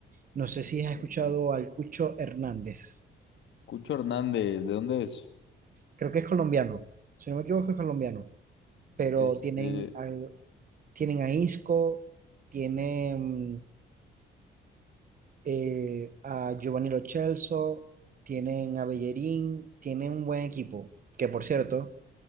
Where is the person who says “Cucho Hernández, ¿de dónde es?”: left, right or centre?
Left